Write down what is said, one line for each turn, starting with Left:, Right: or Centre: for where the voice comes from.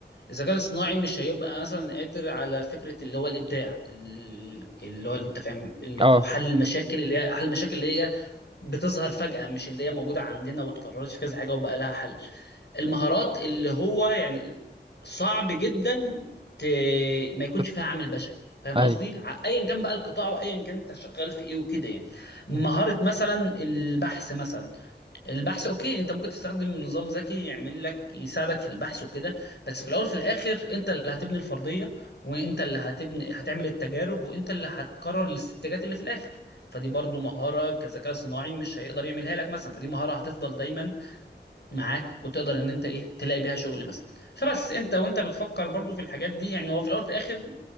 Left: الذكاء الاصطناعي مش هيبقى مثلا قادر على فكرة اللي هو الإبداع ال- اللي هو انت فاهم ال-
Right: أه
Left: أو حل المشاكل اللي هي حل المشاكل اللي هي بتظهر
Right: مم.
Left: فجأة مش اللي هي موجودة عندنا واتكررت في كذا حاجة وبقى لها حل المهارات اللي هو يعني صعب جدا ت... ما يكونش
Right: تت-
Left: فيها عامل بشري فاهم
Right: أي
Left: قصدي؟ ع- ايا كان بقى القطاع وايا كان انت شغال في ايه وكده يعني مهارة
Right: مم.
Left: مثلا البحث مثلا البحث اوكي انت ممكن تستخدم نظام ذكي يعمل لك يساعدك في البحث وكده بس في الاول وفي الاخر انت اللي هتبني الفرضية وانت اللي هتبني هتعمل التجارب وانت اللي هتقرر الاستنتاجات اللي في الاخر فدي برضو مهارة كذكاء صناعي مش هيقدر يعملها لك مثلا فدي مهارة هتفضل دايما معاك وتقدر ان انت ايه تلاقي بيها شغل مثلا فبس انت وانت بتفكر برضو في الحاجات دي يعني هو في الاول في الاخر